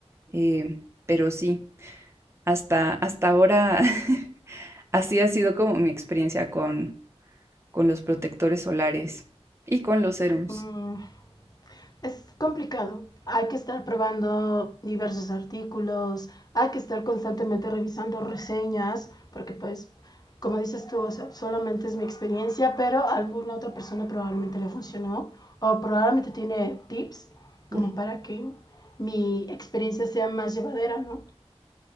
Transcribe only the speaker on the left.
Mm, es complicado. Hay que estar probando diversos artículos, hay que estar constantemente revisando reseñas, porque pues, como dices tú, o sea, solamente es mi experiencia, pero a alguna otra persona probablemente le funcionó o probablemente tiene tips como
para que mi experiencia sea más llevadera, ¿no?